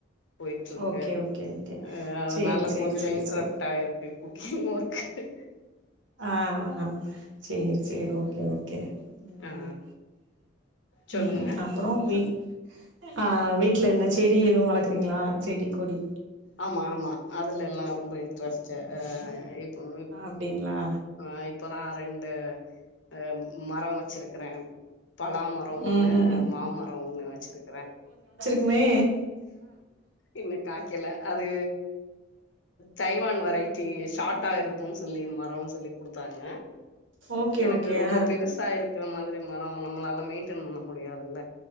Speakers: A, on the left; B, on the right.
A: போயிட்டு இருக்கு
B: ஓகே ஓகே ஓகே
A: அ அதனால
B: சேரி சேரி
A: கொஞ்சோ
B: சேரி
A: இன்ட்ரப்ட்
B: சேரி
A: ஆயிருக்கு ஓகே ஓகேட்டு
B: ஆ ஆ சேரி சேரி ஓகே ஓகே ம்
A: ஆ சொல்லுங்க
B: ம் அப்புறோ வீட் ஆ வீட்டுல என்ன செடி எதுவு வளர்க்கிறீங்களா செடி கொடி
A: ஆமா ஆமா அதுல எல்லா ரொம்ப இன்ட்ரெஸ்ட் ஆ இப் கோ
B: அப்டிங்களா
A: <unintelligible> இப்பதா ரெண்டு அ மரோ வச்சிருக்கிறே பலாமரோ
B: ம்
A: ஒண்ணு
B: ம் ம்
A: மாமரோ ஒன்னு வச்சிருக்கறே
B: மே
A: இன்னு காய்க்கல அது தைவான் வரைட்டி ஷார்டா இருக்கும்ன்னு சொல்லி மரம் சொல்லி குடுத்தாங்க
B: ஓகே
A: எனக்கு
B: ஓகே
A: ரொம்ப
B: ஆ
A: பெருசா இருக்கிற மாதிரி மரம் நம்மளால மெயின்டென் பண்ண முடியாதுல்ல